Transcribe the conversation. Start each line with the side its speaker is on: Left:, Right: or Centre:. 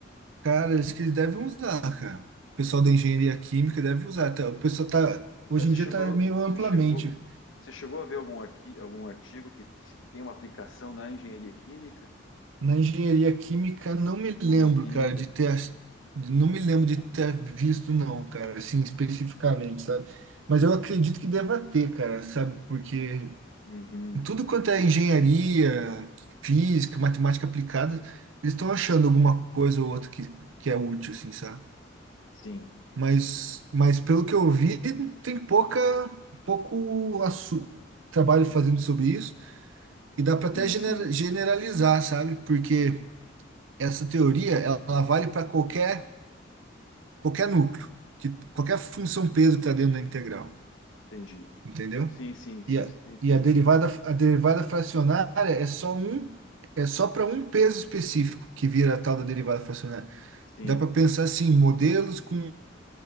Right: cara, acho que eles devem usar, cara. O pessoal da engenharia química deve usar. Tá, O pessoal tá,
Left: Mas
Right: hoje
Left: você
Right: em dia
Left: chegou,
Right: tá meio
Left: você
Right: amplamente.
Left: chegou, você chegou a ver algum, arqui, algum artigo que, que tem uma aplicação na engenharia química
Right: Na engenharia química, não me lembro,
Left: ou na química?
Right: cara, de ter. ach- de- Não me lembro de ter visto, não, cara, assim, especificamente, sabe? Mas eu acredito que deva ter, cara, sabe? Porque
Left: Uhum,
Right: tudo quanto é engenharia, física, matemática aplicada, eles estão achando alguma coisa ou outra que, que é útil, assim, sabe?
Left: Sim,
Right: Mas, mas pelo que eu vi, tem pouca, pouco assu- trabalho fazendo sobre isso. E dá para até
Left: sim,
Right: genera-
Left: sim,
Right: generalizar, sabe? Porque essa teoria ela vale para qualquer qualquer núcleo, que qualquer função peso que está dentro da integral,
Left: entendi.
Right: entendeu?
Left: Sim, sim, sim,
Right: E a,
Left: você tem entendido,
Right: e a derivada
Left: cara.
Right: a derivada fracionária é só um é só para um peso específico que vira a tal da derivada fracionária.
Left: Sim,
Right: Dá para pensar assim, modelos com